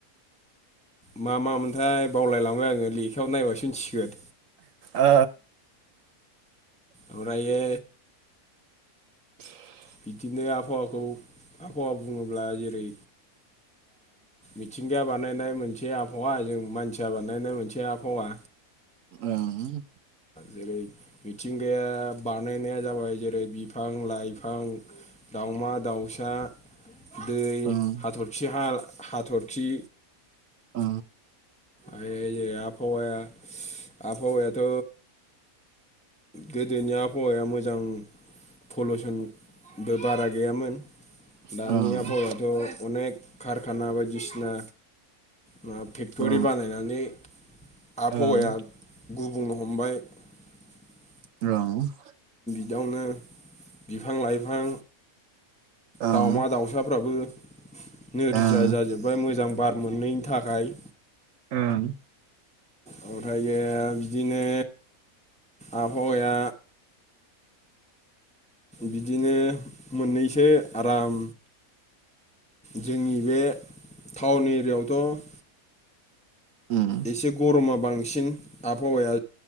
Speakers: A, in the centre; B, on the right.
A: मा मामोनथाय बावलायलांबाय आङो लेखायाव नायबासो मिथिसिगोन
B: ओ
A: ओमफ्रायो
B: <inaudible>
A: बिदिनो आबहावाखौ आबहावा बुङोब्ला जेरै मिथिंगाया बानायनाय मोनसे आबहावा जों मानसिया बानायनाय मोनसे आबहावा
B: ओं
A: जेरै मिथिंगाया बानायनाया जाबाय जेरै बिफां लाइफां दाउमा दाउसा दै
B: ओं
A: हाथरखि हा हाथरखि
B: ओं
A: ओइ आबहावाया आबहावायाथ' गोदोनि आबहावाया मोजां पलुसनबो बारा गैयामोन
B: ओं
A: दानि आबहावायाथ' अनेक कारखाना बायदिसिना मा <unintelligible>
B: ओं ओं औ
A: बेयावनो बिफां लाइफां
B: ओं
A: दावमा
B: ओं
A: दाउसाफ्राबो नोरजिया
B: ओं
A: जाजोबबाय मोजां बार मोनैनि थाखाय
B: ओं
A: ओमफ्रायो बिदिनो आबहावाया बिदिनो मोननैसो आराम जोंनि बे टाउन एरियायावथ'
B: उम
A: एसे गरमा बांसिन आबहावाया